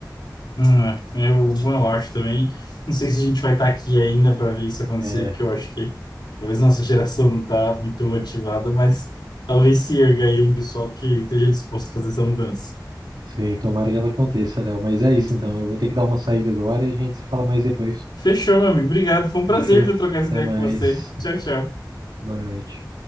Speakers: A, on the left; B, on the right.
A: Hum, é, eu, eu acho também. Não sei se a gente vai estar aqui ainda para ver isso acontecer,
B: É,
A: porque eu acho que talvez nossa <laughs> geração não está muito motivada, mas talvez se erga aí um pessoal que esteja disposto a fazer essa mudança.
B: sim, tomara que ela aconteça, Léo. Mas é
A: Hum.
B: isso então, eu vou ter que dar uma saída agora e a gente se fala mais depois.
A: Fechou, meu amigo. Obrigado. Foi um prazer
B: Fechou?
A: viu, trocar essa
B: Até
A: ideia
B: mais.
A: com você. Tchau, tchau.
B: Boa noite.